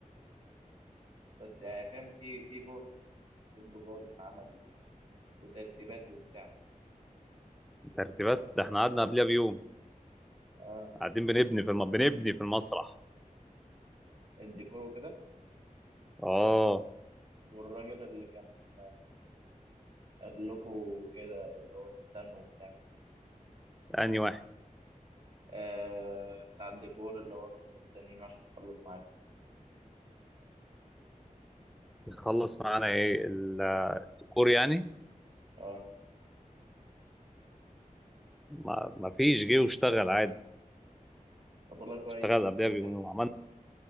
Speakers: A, on the right (about 60°); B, in the centre.
A: بس يعني فاهم في في جهد حسيت بجهد اتعمل وترتيبات وبتاع
B: ترتيبات ده احنا قعدنا قبلها بيوم
A: اه
B: قاعدين بنبني في الم... بنبني في المسرح
A: الديكور وكده
B: اه
A: والراجل اللي كان قال لكم كده اللي هو تستنوا وبتاع
B: اني واحد
A: آه بتاع الديكور اللي هو كنتوا مستنيينه عشان يخلص معاكم
B: يخلص معانا ايه الديكور يعني
A: اه
B: ما... ما فيش جه واشتغل عادي
A: طب والله كويس
B: اشتغل قبلها
A: لكن
B: بيومين وعملنا